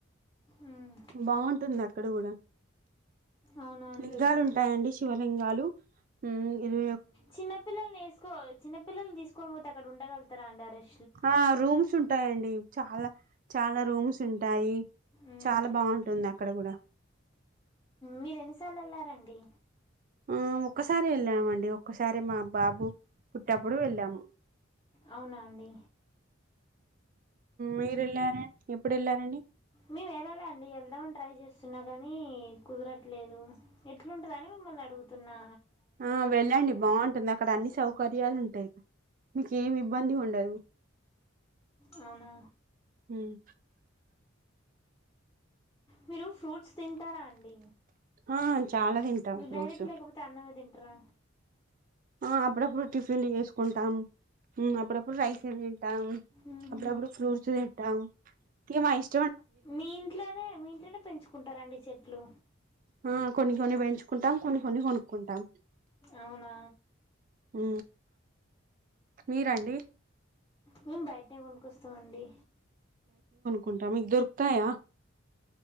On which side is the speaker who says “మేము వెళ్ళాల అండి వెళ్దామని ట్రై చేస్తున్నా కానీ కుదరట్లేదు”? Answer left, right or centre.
Left